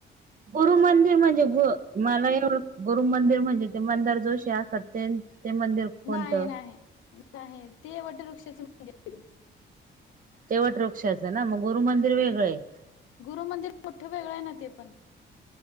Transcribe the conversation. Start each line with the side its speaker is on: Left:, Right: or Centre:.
Right: गुरु मंदिर म्हणजे ग मला एवढ गुरु मंदिर म्हणजे ते मंदार जोशी असतात ते ते मंदिर- कोणतं
Left: नाही नाही नाही ते वटवृक्षाच <unintelligible>
Right: ते वट वृक्षाचं ना मग गुरु मंदिर वेगळं हाय ‌.
Left: गुरुमंदिर मोठं वेगळं आहे ना तीथं.